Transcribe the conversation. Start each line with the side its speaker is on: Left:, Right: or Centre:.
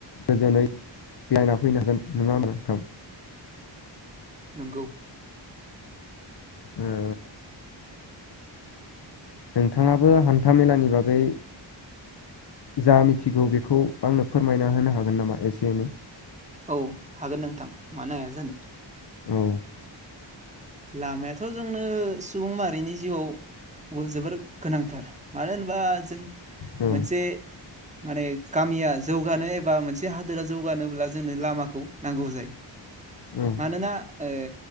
Left: गोजोनै बेरायना फैनो हागोन नङाहोनब्ला नोंथां
Right: नोंगौ <unintelligible>
Left: ओ नोंथाङाबो हान्था मेलानि बागै जा मिथिगौ बेखौ आंनो फोरमायना होनो हागोन नामा एसे एनै
Right: औ हागोन नोंथां मानो हाया जानो
Left: औ
Right: लामायाथ' जोंनो सुबुं माहारिनि जिउआव अ जोबोर गोनांथार मानो होनोबा जों
Left: औ
Right: मोनसे माने गामिया जौगानो एबा मोनसे हादोरा जौगानोब्ला जोंनो लामाखौ नांगौ जायो
Left: औ
Right: मानोना ओ